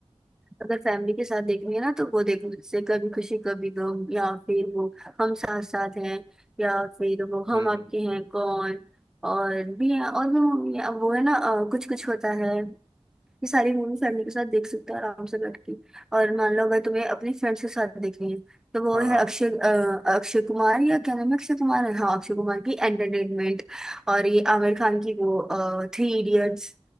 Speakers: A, in the centre; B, on the right.
A: अगर फैमिली के साथ देखनी है ना तो वो देखो जैसे कभी खुशी कभी गम या फिर वो हम साथ साथ हैं या फिर वो हम
B: हम्म
A: आपके
B: हम्म,
A: हैं कौन और भी है और वो वो है ना अ, कुछ कुछ होता है ये सारी मूवी फैमिली के साथ देख सकते हो आराम से बैठ के और मान लो अगर तुम्हें अपने फ्रेंड्स के साथ देखनी है तो वो
B: हाँ हाँ
A: है अक्षय अ, अक्षय कुमार या क्या नाम है अक्षय कुमार है हाँ अक्षय कुमार की एंटरटेनमेंट और ये आमिर खान की वो थ्री इडियट्स